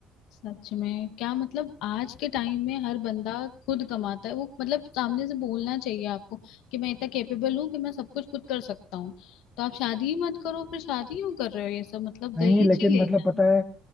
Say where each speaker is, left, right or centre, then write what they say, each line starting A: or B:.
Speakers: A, on the left (about 75°); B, on the left (about 25°).
A: सच में क्या मतलब आज के टाइम में हर बंदा खुद कमाता है वो मतलब सामने से बोलना चाहिए आपको कि मैं इतना कैपेबल हूँ कि मैं सब कुछ खुद कर सकता हूँ तो आप शादी ही मत करो फिर शादी क्यों कर रहे हो ये सब मतलब दहेज
B: नहीं लेकिन
A: ही लेना
B: मतलब पता
A: है
B: है